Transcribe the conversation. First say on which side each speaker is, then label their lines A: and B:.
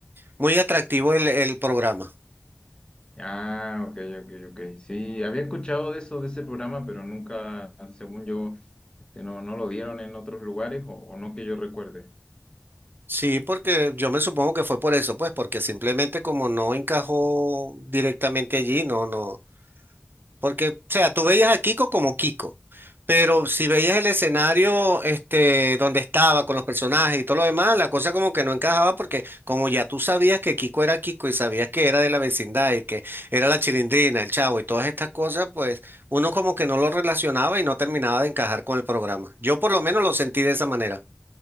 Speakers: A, on the right; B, on the left.
A: muy atractivo el, el programa.
B: Ah, ok, ok, ok. Sí, había escuchado de eso, de ese programa, pero nunca, según yo, este, no, no lo dieron en otros lugares o, o no que yo recuerde.
A: Sí, porque yo me supongo que fue por eso, pues, porque simplemente como no encajó directamente allí, no, no. Porque, o sea, tú veías a Kiko como Kiko, pero si veías el escenario este, donde estaba con los personajes y todo lo demás, la cosa como que no encajaba porque como ya tú sabías que Kiko era Kiko y sabías que era de la vecindad y que era la Chilindrina, el Chavo y todas estas cosas, pues uno como que no lo relacionaba y no terminaba de encajar con el programa. Yo por lo menos lo sentí de esa manera.